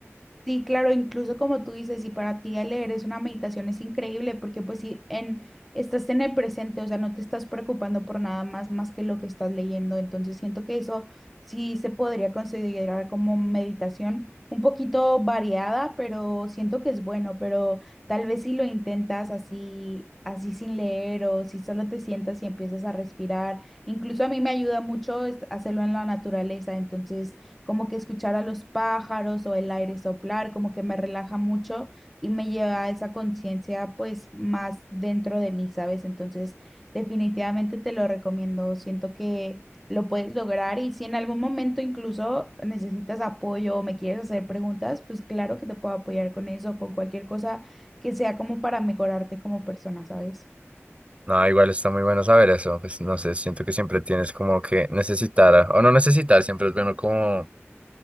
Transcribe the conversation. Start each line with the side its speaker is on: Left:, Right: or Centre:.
Centre: Sí, claro, incluso como tú dices, si para ti el leer es una meditación es increíble, porque pues si en, estás en el presente, o sea, no te estás preocupando por nada más más que lo que estás leyendo, entonces siento que eso sí se podría considerar como meditación un poquito variada, pero siento que es bueno, pero tal vez si lo intentas así, así sin leer o si solo te sientas y empiezas a respirar, incluso a mí me ayuda mucho es- hacerlo en la naturaleza, entonces como que escuchar a los pájaros o el aire soplar, como que me relaja mucho y me lleva a esa conciencia pues más dentro de mí, ¿sabes? Entonces, definitivamente te lo recomiendo, siento que lo puedes lograr y si en algún momento incluso necesitas apoyo o me quieres hacer preguntas, pues claro que te puedo apoyar con eso, con cualquier cosa que sea como para mejorarte como persona, ¿sabes?
Right: No, igual está muy bueno saber eso. Pues no sé, siento que siempre tienes como que necesitar, o no necesitar, siempre es bueno como